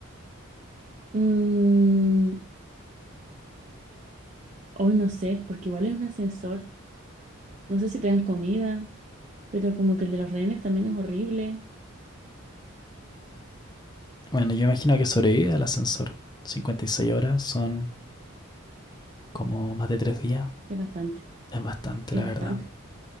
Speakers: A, on the right (about 35°); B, on the left (about 20°).
A: Mm, hoy no sé, porque igual es un ascensor, no sé si te dan comida, pero como que el de los rehenes también es horrible,
B: Bueno, yo imagino que sobrevive al ascensor. cincuenta y seis horas son como más de 3 días.
A: es bastante,
B: Es bastante,
A: es
B: la verdad.
A: bastante,